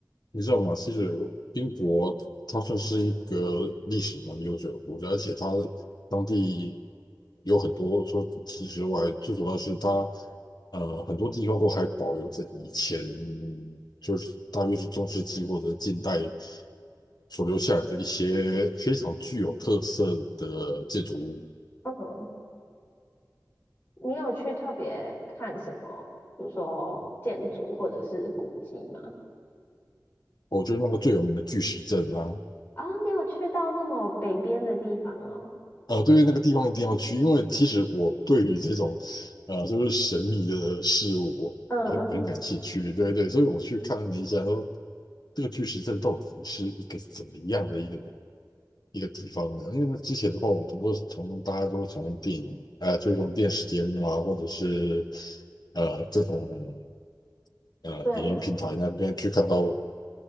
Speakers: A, on the left (about 70°); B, on the left (about 30°).
A: 你知道吗？其实英国它算是一个历史蛮悠久的国家，而且它当地有很多除了古迹之外，最主要是它呃很多地方都还保留着以前就是大约是中世纪或者近代所留下来的一些非常具有特色的建筑物。
B: 嗯，<laughs> 你有去特别看什么，比如说建筑或者是古迹吗？
A: 我觉得那个最有名的巨石阵啊，
B: 啊、你有去到那么北边的地方哦？
A: 呃，对于那个地方一定要去，因为其实我对于这种呃，就是神秘的事物，我很很感兴趣。
B: 嗯，
A: 对对，所以我去看了一下，说这个巨石阵到底是一个怎么样的一个一个地方呢？因为那之前的话，我们都是从大家都从电影呃，追踪电视节目啊，或者是呃各种呃影音平台那边去看到
B: 对，